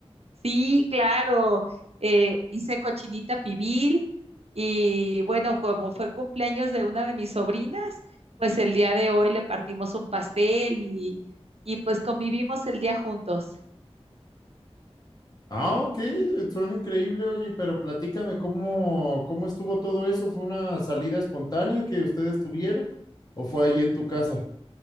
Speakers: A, on the right; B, on the left.
A: Sí, claro, eh, hice cochinita pibil y bueno, como fue cumpleaños de una de mis sobrinas, pues el día de hoy le partimos un pastel y, y pues convivimos el día juntos.
B: Ah, ok, suena increíble, oye, pero platícame cómo, cómo estuvo todo eso. ¿Fue una salida espontánea que ustedes tuvieron o fue allí en tu casa?